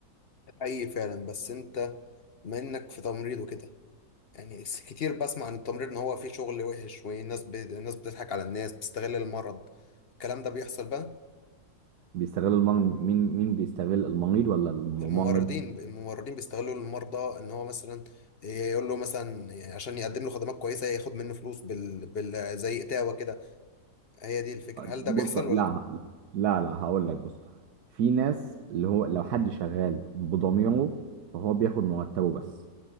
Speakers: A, on the left (about 45°); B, on the right (about 80°).
A: اي فعلا بس انت منك في تمريض وكده يعني س- كتير بسمع عن التمريض ان هو فيه شغل وحش والناس ب... الناس بتضحك على الناس بتستغل المرض الكلام ده بيحصل بقى
B: بيستغل المرض مين مين بيستغل المريض ولا الممرض
A: الممرضين الممرضين بيستغلوا المرضى ان هو مثلا يقول له مثلا عشان يقدم له خدمات كويسه ياخد منه فلوس بال... بال... زي اتاوه كده هي دي الفكرة هل
B: بص
A: ده بيحصل
B: لا
A: ولا لأ؟
B: لا لا هقول لك بص في ناس اللي هو لو حد شغال بضميره فهو بياخد مرتبه بس